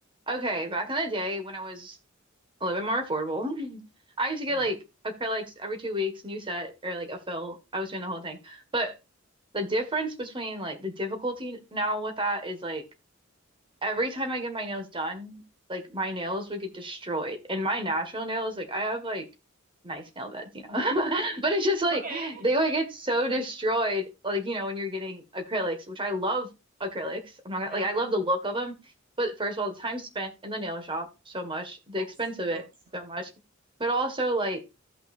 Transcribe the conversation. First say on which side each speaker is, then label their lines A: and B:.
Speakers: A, on the right; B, on the right.
A: Okay, back in the day when it was a little bit more affordable. <laughs> I used to get
B: Yeah.
A: like acrylics every two weeks, new set or like a fill. I was doing the whole thing. But the difference between like the difficulty now with that is like every time I get my nails done, like my nails would get destroyed. And my natural nails, like I have like nice nail beds, you know. <laughs> But it's just like
B: Okay.
A: they would get so destroyed, like, you know, when you're getting acrylics, which I love acrylics. I'm not gonna
B: Yeah.
A: like I love the look of them. But first of all, the time spent in the nail shop so much, the
B: Yes.
A: expense of it
B: So true.
A: so much, but also like